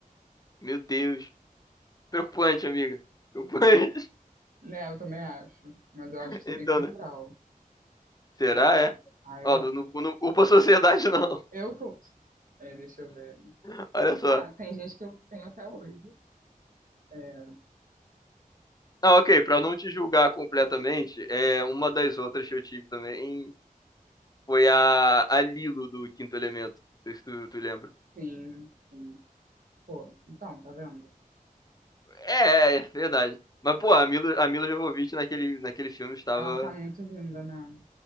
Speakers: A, on the left (about 25°); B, on the right (about 70°).
A: Meu Deus. Preocupante, amiga. Preocupante.
B: Né, eu também acho. Mas eu
A: <laughs>
B: acho que isso
A: Então,
B: é bem cultural.
A: né? Será,
B: É,
A: é?
B: ah, eu
A: Ó,
B: acho.
A: não, não, não culpa a sociedade, não.
B: Eu, que é, deixa eu ver.
A: <laughs> Olha só.
B: Ah, tem gente que eu tenho até hoje. É,
A: Ah, ok. Pra não te julgar completamente, é uma das outras que eu tive também foi a, a Lilo do Quinto Elemento. Não sei se tu, tu lembra.
B: sim, sim. Pô, então, tá vendo?
A: É, é é verdade. Mas, pô, a Mila, a Mila Jovovich naquele, naquele filme estava.
B: Ela tá muito linda, né?